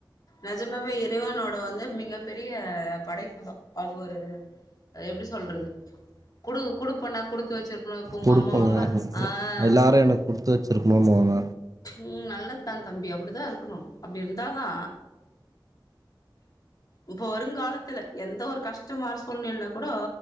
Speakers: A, on the left; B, on the right.
A: நிஜமாவே இறைவனோட வந்து மிக பெரிய படைப்புதா அது ஒரு எப்டி சொல்றது குடு குடுப்பன குடுத்து வச்சிருக்கணு ப உங்க
B: குடுப்பங்க
A: அம்மாவம்மா
B: எனக்கு
A: ஆஹ்
B: எல்லாரு எனக்கு குடுத்து வச்சிருக்கணுனுவாங்க
A: உம் நல்லதுதா தம்பி அப்டிதா இருக்கணு அப்டி இருந்தாதா இப்ப வருங்காலத்துல எந்த ஒரு கஷ்டமான சூழ்நிலைலா கூட